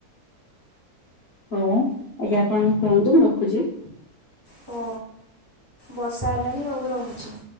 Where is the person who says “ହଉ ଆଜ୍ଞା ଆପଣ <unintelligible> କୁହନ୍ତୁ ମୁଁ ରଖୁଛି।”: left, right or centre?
Left